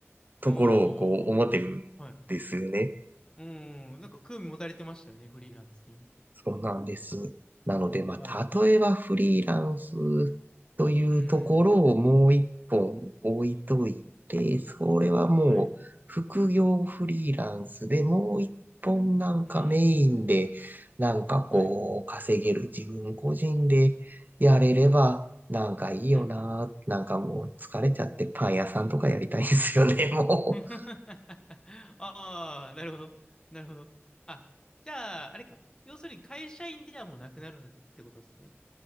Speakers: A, on the right (about 40°); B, on the left (about 15°).
A: ところをこう思ってるんですよね。
B: あー。はいうん、なんか興味持たれてましたよね、フリーランスにも。
A: そうなんです。なので、まあ、
B: はい。
A: 例えばフリーランスというところをもう一本置いといて、
B: うんうん
A: それはもう副業フリーランスでもう一本なんかメインで、
B: うん、はい。うん、
A: なんかこう、
B: はい。
A: 稼げる自分個人でやれれば、
B: うん、
A: なんかいいよな。
B: うん、うん。
A: なんかもう疲れちゃってパン屋さんとかやりたいんですよね、もう。
B: <laughs> ああ、なるほど。なるほど。あ、じゃあ、あれか。要するに会社員ではもうなくなるってことですね。